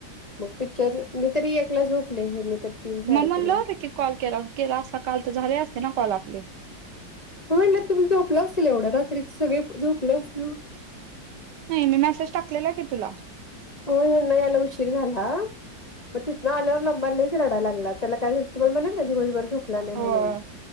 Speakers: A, on the left; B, on the right.
A: मग पिक्चर मी तरी एकला झोपले आहे मी तर तीन साडेतीनला
B: म लावते की कॉल केला केला असला काल तर झाले असते ना कॉल आपले
A: म्हणलं तुम्ही झोपलं असेल एवढा रात्री झोपलं असल
B: नाही मी मेसेज टाकलेला आहे की तुला
A: हो नाही याला उशीर झाला मग तिथन आल्यावर म म रडाला लागला त्याला काय तुम्हाला म्हणाल दिवसभर झकला नाही
B: होय
A: म्हणून